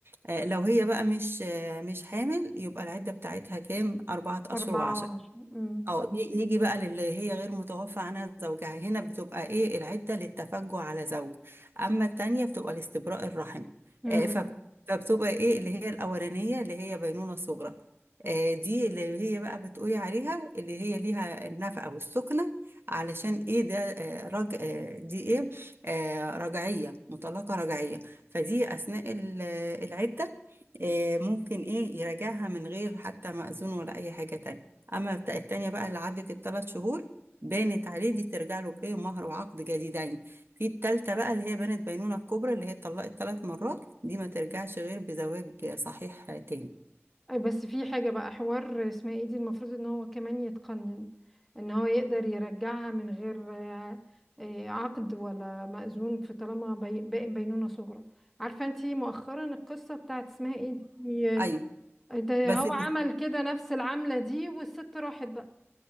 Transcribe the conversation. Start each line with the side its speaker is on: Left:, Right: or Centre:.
Right: آه، لو هي بقى مش آه، مش حامل يبقى العدة بتاعتها كام أربعة أشهر
Centre: أربعة
Right: وعشرة
Centre: وعشرة أمم
Right: اه ن- نيجي بقى للي هي غير متوفى عنها زوجها هنا بتبقى ايه العدة للتفجع على زوج اما التانية بتبقى لاستبراء الرحم
Centre: أمم
Right: آه فب- فبتبقى ايه اللي هي الاولانية اللي هي بينونة صغرى آه دي اللي هي بقى بتقولي عليها اللي هي ليها النفقة والسكنة علشان ايه ده آه رج آه دي ايه آه رجعية مطلقة رجعية فدي اثناء ال- العدة آه ممكن ايه يراجعها من غير حتى مأذون ولا اي حاجة تانية أما بتاع التانية بقى اللي عدت الثلاث شهور بانت عليه دي ترجع له بإيه مهر وعقد جديدين في التالتة بقى اللي هي بانت بينونة الكبرى اللي هي اتطلقت ثلاث مرات دي ما ترجعش غير بزواج صحيح تاني
Centre: أي بس في حاجة بقى حوار اسمها ايه دي المفروض ان هو كمان يتقنن ان هو يقدر يرجعها من غير آه، آه، عقد ولا مأذون في طالما بي... باقي بينونة صغرى عارفة انتي مؤخرا القصة بتاعت اسمها ايه دي آه،
Right: أيوة
Centre: ده
Right: بس
Centre: هو عمل كده نفس العملة دي والست راحت بقى